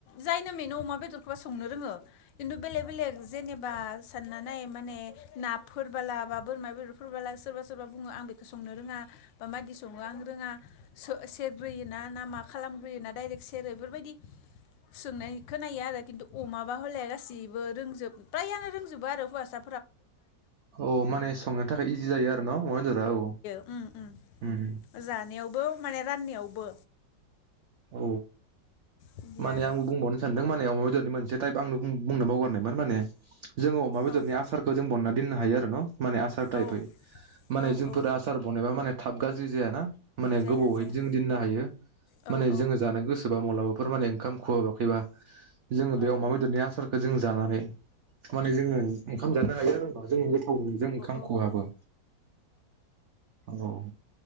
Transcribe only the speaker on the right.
औ माने संनो थाखाय इजि जायो आरो न' अमा बेदरा औ।
उम
औ
माने
आंबो बुंबावनो सानदों माने अमा बेदर नि मोनसे टाइप आं बुं-बुंनो बावगारनायमोन माने जोङो अमा बेदरनि
आसारखो जों बननानै दोननो हायो आरो न'। माने आसार टाइपहै
माने
जोंफोर
आसार बनायबा माने थाब गाज्रि जायाना। माने
गोबावहै
जों दिननो हायो।
माने
जोङो जानो गोसो बा मब्लाबाफोर माने ओंखाम खुहाबाखैबा जोङो
बे अमा
बेदरनि आसारखो जों जानानै माने जोङो ओंखाम जानो हायो आरो उनाव। जों गोथाव मोनो जों ओंखाम
खहाबो औ।